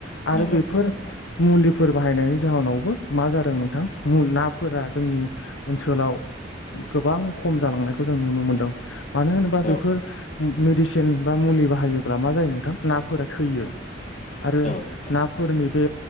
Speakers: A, on the left; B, on the left.
A: आरो
B: नंगौ
A: बेफोर
B: नंगौ नोंथां
A: मुलिफोर बाहायनायनि जाहोनावबो मा जादों नोंथां नाफोरा जोंनि ओनसोलाव गोबां खम जालांनायखौ जों नुनो मोनदों मानो होनोबा
B: औ
A: बेफोर मेडिसिन बा मुलि बाहायोब्ला मा जायो नोंथां नाफोरा थैयो आरो
B: औ नोंथां
A: ना। फोरनि बे